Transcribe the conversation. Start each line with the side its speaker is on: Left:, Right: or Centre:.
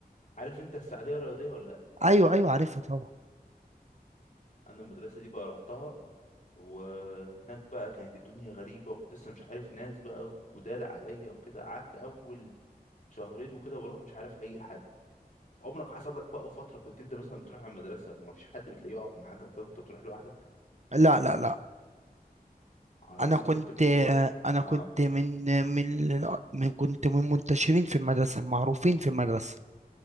Left: عارف انت السعوديه الرياضيه ولا لا
Right: ايوه ايوه عارفها طبعا
Left: انا المدرسه دي بقى رحتها وهناك بقى كانت الدنيا غريبة وكنت لسه مش عارف ناس بقى جداد عليا وكده قعدت أول شهرين وكده بروح مش عارف أي حد عمرك حصل لك بقى فترة كنت أنت مثلا بتروح على المدرسة وما فيش حد بتلاقيه يقعد معاك أو كده كنت بتروح لوحدك
Right: لا لا لا
Left: على
Right: انا
Left: طول
Right: كنت
Left: كنت بتروح
Right: انا كنت
Left: آه
Right: من من من كنت من منتشرين في المدرسه معروفين في المدرسه